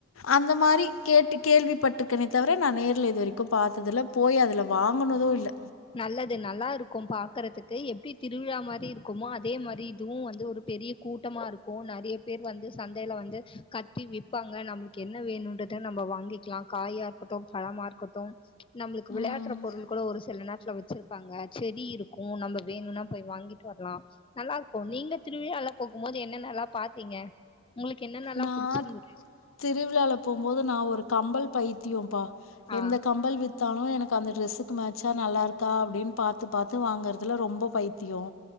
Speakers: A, on the left; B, on the left.
A: அந்த மாரி கேட்டு கேள்விபட்ருக்கனே தவர நா நேர்ல இது வரைக்கு பாத்ததுல போய் அதுலா வாங்குனதோ இல்ல
B: நல்லது நல்லா இருக்கு பாக்றதுக்கு எப்டி திருவிழா மாரி இருக்குமோ அதே மாரி இதுவு வந்து ஒரு பெரிய கூட்டமா இருக்கு நெறைய பேர் வந்து சந்தையில வந்து கத்தி விப்பாங்க நம்ளுக்கு என்ன வேணுன்றத நம்ம வாங்கிக்லா காயா இருக்கட்டு பழமா இருக்கட்டு நம்ளுக்கு
A: விளையாடுற
B: விளையாட்டுற பொருள் கூட ஒரு சில நேர சோ வச்சிருப்பாங்க செடி இருக்கு நம்ம வேணுனா போய் வாங்கிட்டு வர்லா நல்லா இருக்கு நீங்க திருவிழல்லா போகுபோது என்ன எனல்லா பாத்தீங்க உங்களுக்கு என்னென்னல்லா
A: நா
B: புடிச்சிருந்தது
A: திருவிழால போ போது நா ஒரு கம்பல் பைத்தியோப்பா
B: ஆ
A: எந்த கம்பல் வித்தாலு எனக் காந்த ட்ரஸ் க்கு மேச்சா நல்லா இருக் தா அப்டின் பாத்து பாத்து வாங்றதுல ரொம்ப பைத்தியோ